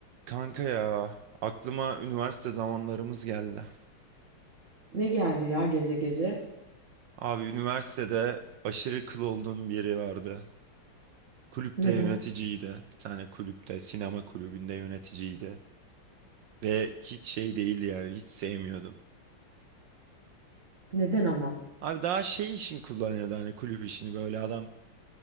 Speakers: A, on the right; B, on the right.
A: Kanka ya aklıma üniversite zamanlarımız geldi.
B: Ne geldi ya gece gece?
A: Abi üniversitede aşırı kıl olduğum biri vardı. Kulüpte
B: Neden?
A: yöneticiydi. Bir tane kulüpte, sinema kulübünde yöneticiydi. Ve hiç şey değildi yani hiç sevmiyordum.
B: Neden ama?
A: Abi daha şey için kullanıyordu hani kulüp işini böyle adam